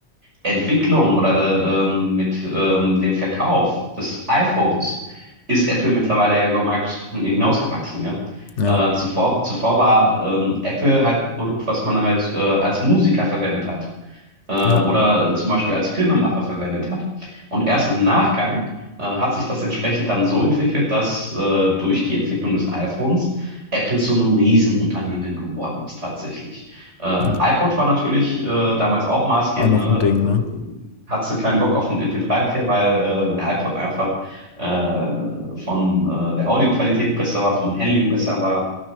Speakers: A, on the right; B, on the left.
A: Entwicklung oder ähm, mit ähm, dem Verkauf des iPhones ist Apple mittlerweile ja über Microsoft hinausgewachsen, ja.
B: Ja,
A: Äh, zuvor, zuvor war ähm, Apple halt ein Produkt, was man halt äh, als Musiker verwendet hat äh, oder
B: ja,
A: zum Beispiel als Filmemacher verwendet hat. Und erst im Nachgang äh, hat sich das entsprechend dann so entwickelt, dass äh, durch die Entwicklung des iPhones Apple zu einem Riesenunternehmen geworden ist tatsächlich. Äh,
B: ja.
A: iPod war natürlich äh, damals auch maßgebend,
B: Auch noch
A: ne?
B: ein Ding, ne?
A: Äh, Hatte keinen Bock auf einen MP3-Player, weil äh, der iPod einfach äh, von äh, der Audioqualität besser war, vom Handling besser war.